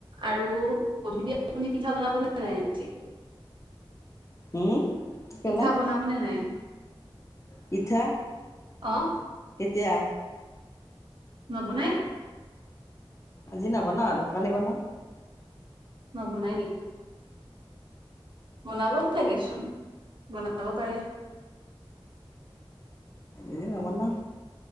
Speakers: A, on the right; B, on the left.
A: আৰু গধূলি আপুনি পিঠা বনাবনে নাই আজি
B: হম কি ক'লা?
A: পিঠা বনাবনে নাই
B: পিঠা
A: অ
B: কেতিয়া
A: নব নাই
B: আজি নবনাওঁ আৰু কালি বনাওঁ
A: নৱনাই বনাবই লাগেচোন বনাব পাৰে
B: এ নহব ন